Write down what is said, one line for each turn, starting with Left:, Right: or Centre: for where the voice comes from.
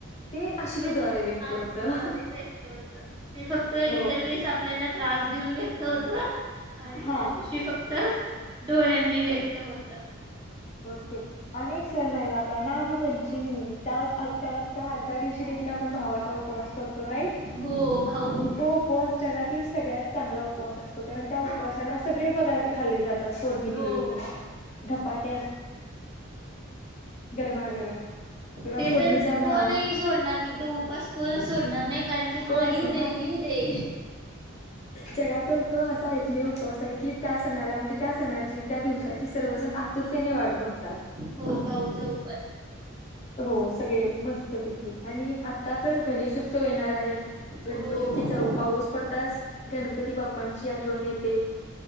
Left: ते अश्रूद्वारे
Right: त्या दिवशी
Left: व्यक्त
Right: आश्रूजारेत
Left: होतं
Right: होत ते फक्त इतर
Left: हो
Right: वेळेस आपल्याला त्रास. ऊन भेेतत होत. आणि
Left: हा
Right: त्या दिवशी फक्त डोळ्यांनी व्यक्त होत.
Left: ओके अ एक सण राहिला आपला नागपंचमी त्या त्या आदल्या दिवशी देखील आपण भावाचा उपवास करतो राईट,
Right: हो भाऊ
Left: आणि तो उपवास जगातील सगळ्यात चांगला उपवास असतो, कारण त्या उपवासाला सगळे पदार्थ खाल्ले जात फोडणी
Right: हो
Left: दिलेले. धपाट गरमागरम किंवा
Right: ते
Left: फोडणीचा
Right: तर कोणही
Left: भात
Right: सोडणार नाही, तो उपास कोणच सोडणार नाही कारण की
Left: कोण
Right: हा येऊ
Left: असे
Right: दे, येऊ दे.
Left: जगातील तो असा एकमेव उपवास आहे, की त्या सणाला म्हणजे त्या सणाची त्या दिवसाची सर्वजण आ तूर तेने वाट बघतात.
Right: हो भाऊचा उपवास.
Left: हो सगळे मस्तपैकी, आणि आता तर गणेश उत्सव येणार आहे. गणपतीची
Right: हो
Left: चाऊल पाऊस पडताच गणपती बाप्पांची आठवण येते.